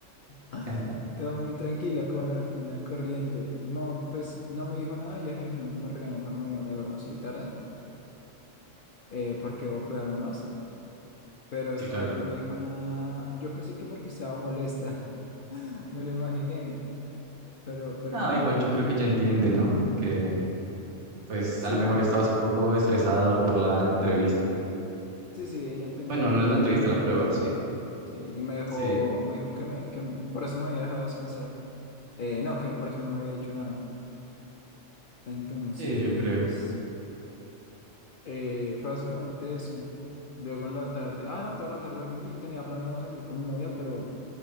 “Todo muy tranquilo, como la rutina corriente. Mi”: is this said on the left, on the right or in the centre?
Left